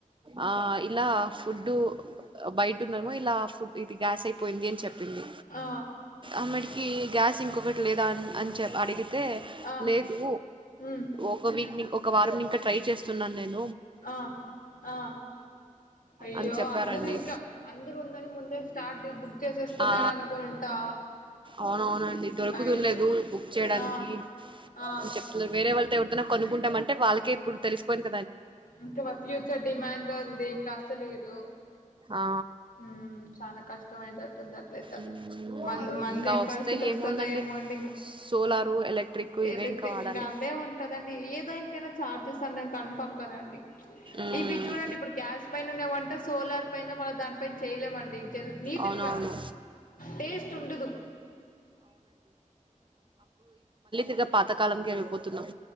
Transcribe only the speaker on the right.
ఆ ఇలా ఫుడ్ బయట ఉన్నాము ఇలా ఫుడ్ ఇది గ్యాస్ అయిపోయింది అని చెప్పింది
అమెడికి గ్యాస్ ఇంకొకటి లేదా అని చెప్ప అడిగి అ
లేదు
ఒక వక్ ఒక వారంం ట్రై చే సున్నా నండి
అని చెప్పారండి
ఆ
అవునవునండి దొరుకుతుండ
లేదు బుక్ చేయడానికి
అని చెప్తున్నారు వేరే వాళ్ళు ఎడుతున్నానుక్కుంటా అంటే వాళ్ళక ఇప్పు తెసిపోయింది
ఆ
మ్మ్.
ఇంకా
వస్తే
ఏముందండి
సోలారు ఎలక్ట్రిక్
ఇవే వాడాలి
మ్మ్.
అవునవును
ఇగా పాత కాలంకి పోతున్నాం